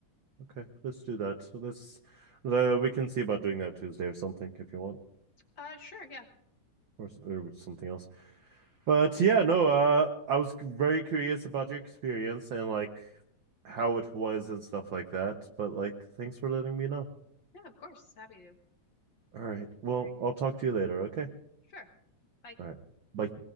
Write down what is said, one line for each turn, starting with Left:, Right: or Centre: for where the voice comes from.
Right: Okay, let's do that. So let's uh, we can see about doing that Tuesday or something if you want,
Left: Uh sure, yeah.
Right: or s- or something else. But yeah, no. Uh, I was c- very curious about your experience and like how it was and stuff like that. But like, thanks for letting me know.
Left: Yeah, of course. Happy to.
Right: All right. Well,
Left: All right.
Right: I'll talk to you later, okay?
Left: Sure. Bye.
Right: All right. Bye.